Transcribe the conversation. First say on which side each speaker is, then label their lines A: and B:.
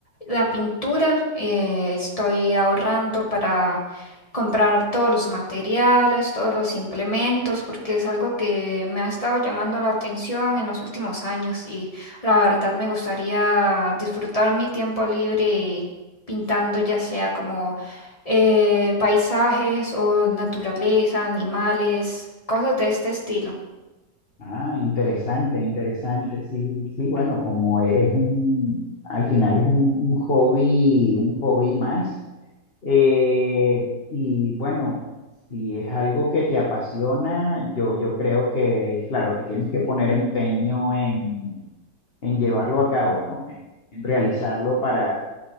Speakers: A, on the left; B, on the left.
A: la pintura. Eh, estoy ahorrando para comprar todos los materiales, todos los implementos, porque es algo que me ha estado llamando la atención en los últimos años y la verdad me gustaría disfrutar mi tiempo libre pintando, ya sea como eh, paisajes o naturaleza, animales, cosas de este estilo.
B: Ah, interesante, interesante. Sí, sí, bueno, como e, es un, al final es un, un hobby, un hobby más. eh, y bueno, si es algo que te apasiona, yo, yo creo que, claro, que tienes que poner empeño en, en llevarlo a cabo, ¿no? En, en realizarlo para,